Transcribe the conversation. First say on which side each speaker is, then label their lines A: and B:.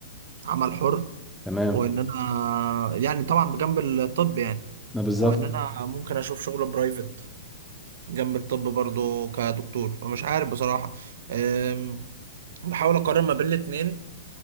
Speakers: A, on the right (about 65°); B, in the centre.
A: عمل حر
B: تمام
A: وان انا آه، يعني طبعا بجنب الطب يعني
B: ما بالظبط
A: وان انا ممكن اشوف شغل برايفت جنب الطب برضو كدكتور فمش عارف بصراحة آم، بحاول اقارن ما بين الاتنين